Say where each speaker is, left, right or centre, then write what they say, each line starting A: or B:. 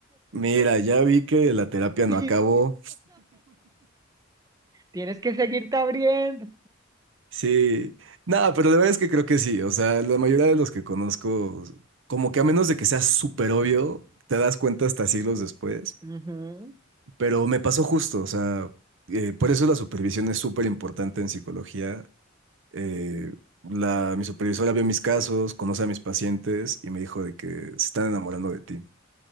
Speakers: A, on the right; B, on the right.
A: mira, ya vi que la terapia no
B: <laughs>
A: acabó.
B: Tienes que seguirte abriendo.
A: Sí, nada, pero la verdad es que creo que sí. O sea, la mayoría de los que conozco, como que a menos de que sea súper obvio, te das cuenta hasta siglos después.
B: Ujú.
A: Pero me pasó justo, o sea, eh, por eso la supervisión es súper importante en psicología. Eh, la, mi supervisora vio mis casos, conoce a mis pacientes y me dijo de que se están enamorando de ti.